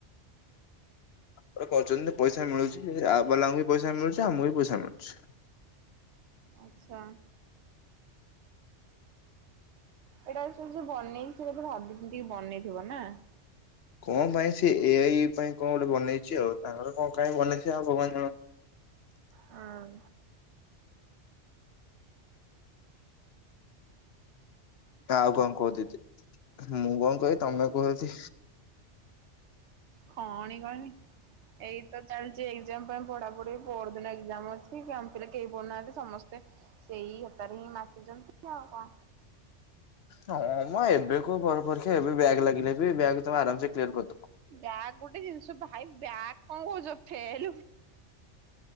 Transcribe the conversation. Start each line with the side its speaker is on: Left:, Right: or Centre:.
Left: ପ କରଛନ୍ତି ପଇସା ମିଳୁଛି ଆପ ବାଲାଙ୍କୁ ବି ପଇସା ମିଳୁଛି ଆମକୁ ବି ପଇସା ମିଳୁଛି।
Right: ଆଚ୍ଛା। ଏଇଟାକୁ ସେଇ ଯିଏ ବନେଇ ଥିବ ପୁରା ଭାବିଚିନ୍ତି କି ବନେଇଥିବ ନା।
Left: କଣ ପାଇଁ ସେ ଏ ଆଇ ପାଇଁ କଣ ଗୋଟେ ବନେଇଛି ଆଉ ତାଙ୍କର କଣ କାହିଁ ବନେଇଥିବେ ଆଉ ଭଗବାନ ଜାଣନ୍ତି।
Right: ହଁ।
Left: ଆଉ କଣ କହୁ ଦିଦି ମୁଁ କଣ କି ତମେ କହଚି।
Right: ଖଣି <unintelligible> ଏଇ ତ ଚାଲିଚି ଜ ପାଇଁ ପଢା ପଢି ପଦିନ ଏକ୍ଜାମ ଅଛି। ଠିକ ଆମ ପିଲେ କେହି ପଡୁନାହାନ୍ତି, ସମସ୍ତେ ସେଇ ହେତାରେ ହିଁ ମାତିଛନ୍ତି ଆଉ। ହ
Left: ହଁ ମ ଏବେ କୁ ପରୀକ୍ଷା ଏବେ ବ୍ୟାକ ଲାଗିଲେ ବି ବ୍ୟାକ ତମେ ଆରାମସେ କିଲିଅର କରିଦବ।
Right: ବ୍ୟାଗ ଗୋଟେ ଜିନିଷ ଭାଇ ବ୍ୟାକ କଣ କୋହୁଚ ଫେଲ